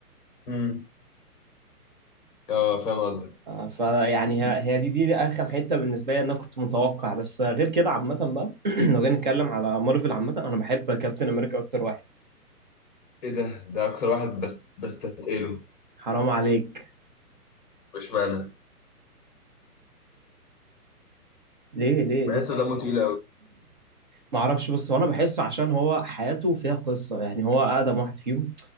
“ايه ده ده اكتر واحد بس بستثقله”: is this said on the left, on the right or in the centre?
Left